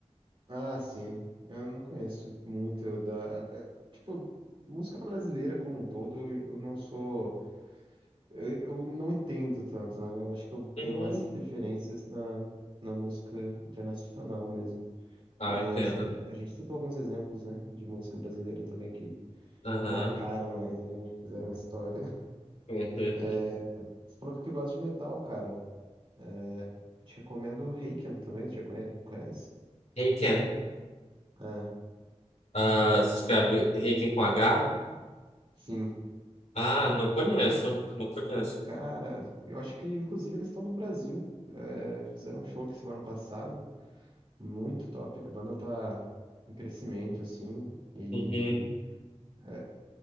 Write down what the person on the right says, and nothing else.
Ah, sim. Eu não conheço muito da. até- tipo, música brasileira como um todo, eu não sou. Eu, eu não entendo tanto, né? Eu acho que eu
tenho mais referências na, na música internacional mesmo.
Mas
é, a gente citou alguns exemplos, né, de música brasileira também que
Marcaram aí, fizeram história.
É, você falou que gosta de metal, cara. É, Eu te recomendo o Raken também, você já conhe- conhece?
Ah,
sim.
Cara, eu acho que inclusive eles estão no Brasil. É, fizeram um show aqui semana passada. Muito top. A banda tá em crescimento, assim. E
é,